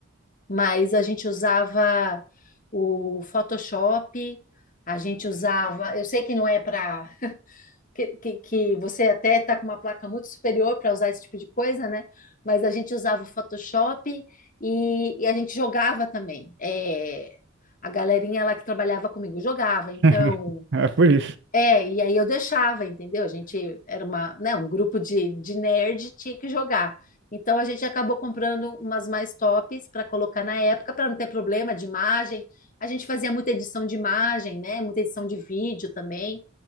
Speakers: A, on the left (about 40°); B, on the right (about 60°).
A: mas a gente usava o Photoshop, a gente usava. Eu sei que não é para. Que, que, que você até está com uma placa muito superior para usar esse tipo de coisa, né? Mas a gente usava o Photoshop e, e a gente jogava também. É, a galerinha lá que trabalhava comigo jogava. Então,
B: <laughs> É por isso.
A: é, e aí eu deixava, entendeu? A gente era uma, né, um grupo de, de nerd, tinha que jogar. Então a gente acabou comprando umas mais tops para colocar na época, para não ter problema de imagem. A gente fazia muita edição de imagem, né? Muita edição de vídeo também.